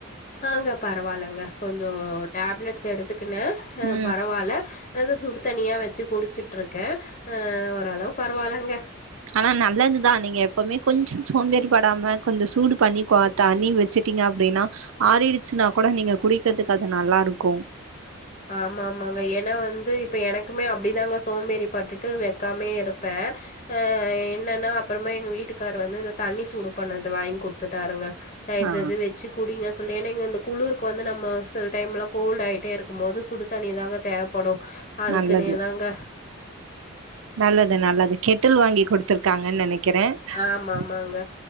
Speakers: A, on the left; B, on the right.
A: ஆங்க பரவாயில்லைங்க கொஞ்சோ டேப்லெட்ஸ் எடுத்துக்குனே
B: ம்
A: பரவால்ல அதாது சுடு தனியா வச்சு குடிச்சுட்டு இருக்கே அ ஓரளவு பரவால்லங்க
B: ஆனா நல்லதுதா நீங்க எப்பவுமே கொஞ்சோ சோம்பேறிப்படாம கொஞ்ச சூடு பண்ணி தண்ணி வச்சட்டீங்க அப்டின்னா ஆறிடுச்சுன்னா கூட நீங்க குடிக்கிறதுக்கு அது நல்லா இருக்கு
A: ஆமா ஆமாங்க ஏன்னா வந்து இப்ப எனக்குமே அப்டிதாங்க சோம்பேறி பட்டுட்டு வைக்காமே இருப்பே அ என்னன்னா அப்புறமா எங்க வீட்டுக்காரரு வந்து இந்த தண்ணி சூடு பண்ணது வாங்கி குடுத்துட்டாருங்க தயவு
B: ஆ
A: செய்து வச்சி குடிங்க ஏன்னா இங்க இந்த குளிருக்குவந்து நம்ப சில டைம்ல கோல்டு ஆகிட்டே இருக்கு இருக்கும் போது சுடு தண்ணிதாங்க தேவைப்படும் அதுக்குனே
B: நல்லது
A: தாங்க
B: நல்லது நல்லது கெட்டில் வாங்கி குடுத்திருக்காங்கன்னு நினைக்கேன் இருக்கிறேன்
A: ஆமா ஆமாங்க